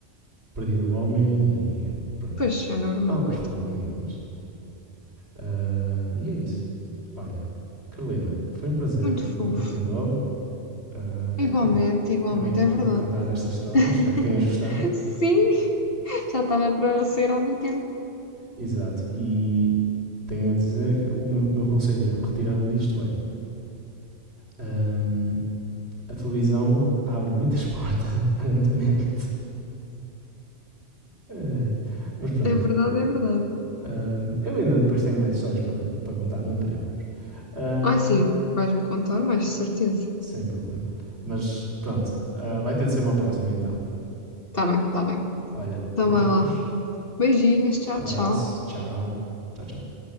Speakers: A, on the right; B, on the left.
A: perdido o homem, e pronto.
B: Pois, é normal,
A: Ela depois
B: coitado.
A: falou comigo, mas Ah, e é isso. Olha, Carolina, foi um prazer
B: Muito fofo.
A: ver-te de novo. Ah,
B: Igualmente,
A: é,
B: igualmente,
A: ainda bem que te
B: é
A: pude
B: verdade.
A: contar esta história.
B: <laughs>
A: Espero que tenhas gostado.
B: Sim, já estava para ser há muito tempo.
A: Exato. E tenho a dizer que o meu, o meu conselho, retirando disto, é: ahm, a televisão abre muitas <laughs> portas, aparentemente. Eh, mas pronto.
B: É verdade, é verdade.
A: Ahm, eu ainda depois tenho mais histórias para, para contar, não te preocupes. Ahm,
B: Ah, sim, vais-me contar mais, de certeza.
A: sem problema. Mas pronto, ah, vai ter de ser uma próxima então.
B: Tá bem, tá bem.
A: Olha,
B: Então
A: beijinhos.
B: vai lá. Beijinhos, tchau,
A: Abraço,
B: tchau.
A: tchau. Tchau, tchau.